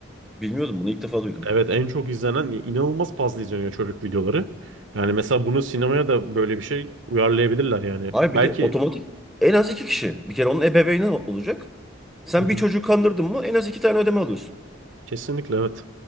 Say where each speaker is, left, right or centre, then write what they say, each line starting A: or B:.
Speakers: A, in the centre; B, on the right (about 70°).
A: Bilmiyordum bunu ilk defa duydum.
B: Evet en çok izlenen inanılmaz fazla izleniyor çocuk videoları. Yani mesela bunu sinemaya da böyle bir şey uyarlayabilirler yani.
A: Hayır
B: Belki
A: bir de otomatik en az 2 kişi. Bir kere onun ebeveyni olacak. Sen
B: hı hı,
A: bir çocuğu kandırdın mı en az iki tane ödeme alıyorsun.
B: kesinlikle evet.